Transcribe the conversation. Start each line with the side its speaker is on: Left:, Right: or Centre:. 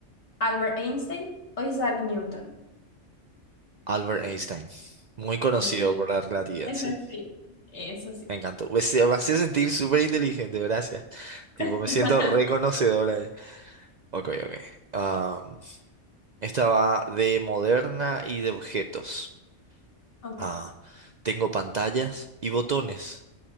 Left: Albert Einstein o Isaac Newton?
Right: Albert Einstein. Muy conocido
Left: Sí,
Right: por la relatividad,
Left: eso
Right: sí.
Left: sí, eso sí.
Right: Me encantó. Pues, se- me hace sentir súper inteligente, gracias. Tipo,
Left: <laughs>
Right: me siento reconocedora. eh. Ok, ok. Am, esta va de moderna y de objetos.
Left: Ok,
Right: Ah, tengo pantallas y botones.